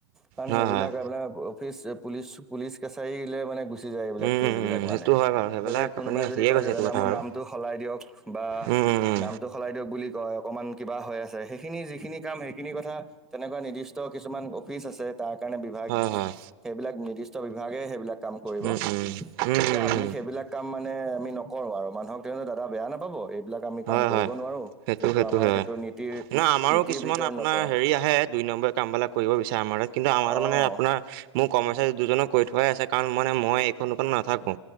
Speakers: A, in the centre; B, on the right.
A: কাৰণ
B: হয়
A: সেইবিলাক
B: হয়
A: আপোনাৰ পিচ পুলিচ পুলিচ কাছাৰীলে মানে গুচি যায় এইবিলাক
B: উম
A: কেচ
B: উম
A: বিলাক
B: উম
A: মানে
B: সেইটো হয় বাৰু সেইবিলাক
A: গতিকে কোনোবাই
B: আপুনি
A: যদি
B: ঠিকে
A: কয়
B: কৈছে
A: যে
B: এইটো
A: দাদা
B: কথা
A: মোৰ
B: বাৰু
A: নামটো সলাই দিয়ক বা
B: উম উম উম
A: নামটো সলাই দিয়ক বুলি কয় অকণমান কিবা হৈ আছে সেইখিনি যিখিনি কাম সেইখিনি কথা তেনেকুৱা নিৰ্দিষ্ট কিছুমান অফিচ আছে তাৰ কাৰণে বিভাগ
B: হয় হয়
A: সেইবিলাক নিৰ্দিষ্ট বিভাগে সেইবিলাক কাম কৰিব,
B: উম উম উম
A: গতিকে
B: উম
A: আমি
B: উম
A: সেইবিলাক কাম মানে আমি নকৰো আৰু মানুহক তেওঁ দাদা বেয়া নাপাব এইবিলাক আমি কাম
B: হয় হয়
A: কৰিব নোৱাৰোঁ
B: সেইটো
A: যিহেতু
B: সেইটো
A: আমাৰ
B: হয়
A: নীতিৰ
B: ন আমাৰো
A: নীতিৰ
B: কিছুমান
A: ভিতৰত
B: আপোনাৰ
A: নপৰে
B: হেৰি আহে দুই নম্বৰিয়া কামবিলাক কৰিব বিচাৰে আমাৰে কিন্তু আমাৰ তাত মানে
A: অঁ
B: আপোনাৰ মোৰ কৰ্মচাৰী দুজনক কৈ থোৱাই আছে কাৰণ মানে মই এইখন দোকান নাথাকো